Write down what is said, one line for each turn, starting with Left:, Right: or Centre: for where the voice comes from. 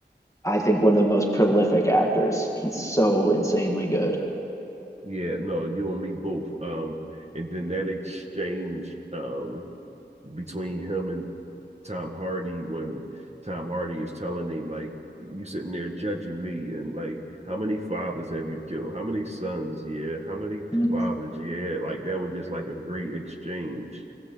Left: I think one of the most prolific actors. He's so insanely good.
Right: yeah, no, you and me both. Um, and then that exchange um between him and Tom Hardy when Tom Hardy is telling him like you sitting there judging me and like how many fathers have you killed how many sons yeah how many
Left: Mm.
Right: fathers yeah like that was just like a great exchange